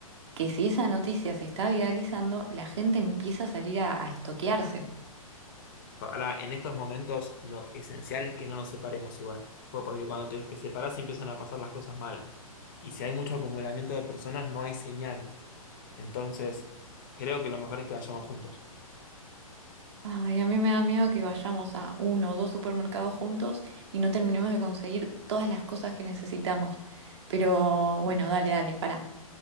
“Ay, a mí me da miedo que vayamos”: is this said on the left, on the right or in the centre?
Right